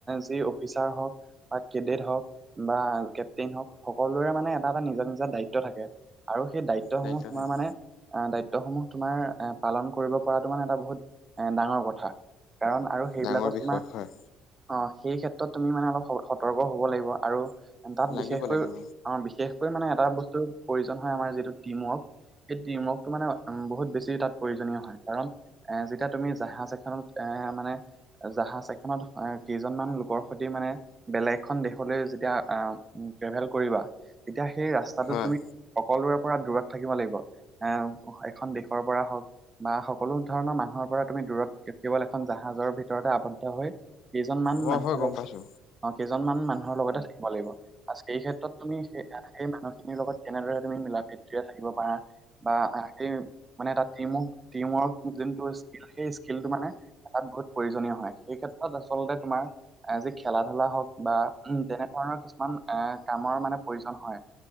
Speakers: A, on the right (about 15°); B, on the left (about 65°).
A: যি অফিচাৰ হওঁক। বা কেডেট হওক, বা কেপটেইন হওক সকলোৰে মানে এটা এ নিজৰ নিজৰ দায়িত্ব থাকে। আৰু সেই দায়িত্বসমূহ
B: দায়িত্ব
A: তোমাৰ
B: থাকে
A: মানে। দায়িত্বসমূহ তোমাৰ এ পালন কৰিব পৰাটো মানে এটা বহুত এ ডাঙৰ কথা। কাৰণ আৰু সেইবিলাকত
B: ডাঙৰ বিষয়
A: তোমাৰ।
B: হয়
A: অ' সেই ক্ষেত্ৰত তুমি মানে অলপ সতৰ্ক হ'ব লাগিব আৰু তাত
B: লাগিব
A: বিশেষকৈ।
B: লাগিব
A: অ' বিশেষকৈ মানে এটা বস্তুৰ প্ৰয়োজন হয় আমাৰ যিটো টিমৱৰ্ক। সেই টিমৱৰ্কটো মানে উ বহুত বেছি তাত প্ৰয়োজনীয় হয় কাৰণ। এ' যেতিয়া তুমি জাহাজ এখনত এ মানে। জাহাজ এখনত কেইজনমান লোকৰ সৈতে মানে। বেলেগ খন দেশলৈ যেতিয়া ট্ৰেভেল কৰিবা, তেতিয়া সেই ৰাস্তাটো
B: হয়
A: তুমি। সকলোৰে পৰা দূৰত থাকিব লাগিব, এ' এখন দেশৰ পৰা হওক। বা, সকলো ধৰণৰ মানুহৰ পৰা তুমি দূৰত কেৱল এখন জাহাজৰ ভিতৰতে আৱদ্ধ হৈ। কেইজনমান
B: হয়
A: মানুহৰ
B: হয় গম
A: লগত।
B: পাইছো
A: অ' কেইজনমান মানুহৰ লগতে থাকিব লাগিব আৰু সেই ক্ষেত্ৰত তুমি স সেই মানুহখিনিৰ লগত। কেনেদৰে তুমি মিলা প্ৰীতিৰে থাকিব পাৰা। বা, সেই মানে এটা টিম টিমৱৰ্ক যোনটো সেই স্কিলটো মানে। এটা বহুত প্ৰয়োজনীয় হয়, সেই ক্ষেত্ৰত আচলতে তোমাৰ। যি খেলা ধূলা হওক বা, উম তেনেধৰণৰ কিছুমান এ কামৰ মানে প্ৰয়োজন হয়।